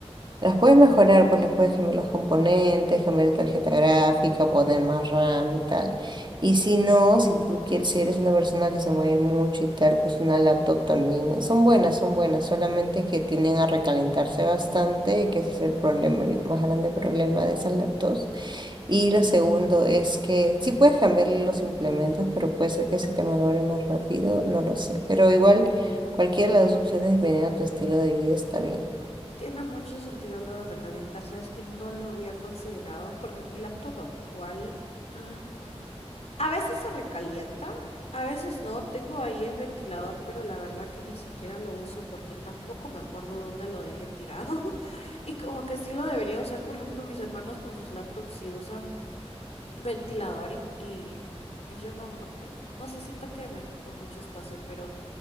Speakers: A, on the right; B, on the left.
A: las puedes mejorar, pues les puedes cambiar los componentes, cambiar
B: ajá,
A: la tarjeta gráfica, poner más RAM y tal. Y si no, si tú quieres, si eres una persona que se mueve mucho y tal, pues una laptop también. Son buenas, son buenas, solamente que tienden a recalentarse bastante, y que ese es el problema, el más grande problema de esas laptops. Y
B: ajá.
A: lo segundo es que sí puedes cambiar los implementos, pero puede ser que se te malogre más rápido, no lo sé. Pero igual, cualquiera de las dos opciones, dependiendo de tu estilo de vida, está bien.
B: Tiene mucho sentido lo de recalentar, sabes que no lo había considerado porque mi laptop actual <clears throat> A veces se recalienta, a veces no. Tengo ahí el ventilador, pero la verdad que ni siquiera lo uso porque tampoco me acuerdo dónde lo dejé tirado. <laughs> Y como que sí lo debería usar, por ejemplo, mis hermanos con sus laptops sí usan ventilador y, y, y yo no, porque no sé, siento que me ocupa mucho espacio, pero